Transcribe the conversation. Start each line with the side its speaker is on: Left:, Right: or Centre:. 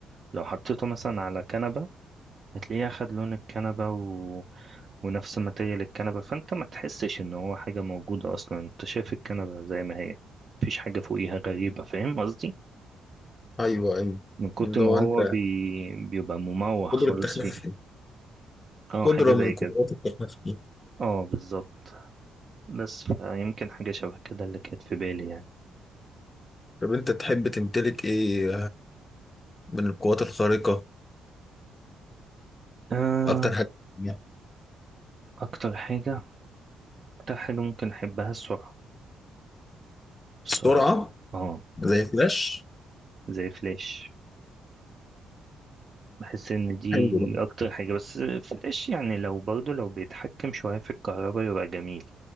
Right: لو حطيته مثلا على كنبة هتلاقيه أخد لون الكنبة و... ونفس ماتيريال الكنبة فانت ما تحسش ان هو حاجة موجودة أصلا انت شايف الكنبة زي ما هي مفيش حاجة فوقيها غريبة فاهم قصدي؟
Left: أيوه أيوه
Right: من كتر
Left: اللي
Right: ما
Left: هو
Right: هو
Left: أنت
Right: بي... بيبقى مموه خالص
Left: قدرة تخفي
Right: فيها اه
Left: قدرة
Right: حاجة
Left: من
Right: زي
Left: قدرات
Right: كده
Left: التخفي
Right: اه بالظبط بس يمكن حاجة شبه كده اللي كانت في بالي يعني
Left: طب أنت تحب تمتلك إيه من القوات الخارقة
Right: آه،
Left: أكتر حاجة بتحبها؟
Right: أكتر حاجة أكتر حاجة ممكن أحبها السرعة السرعة
Left: السرعة
Right: اه
Left: زي فلاش
Right: زي فلاش بحس إن دي
Left: حلو ده
Right: أكتر حاجة بس فلاش يعني لو برضه لو بيتحكم شوية في الكهرباء يبقى جميل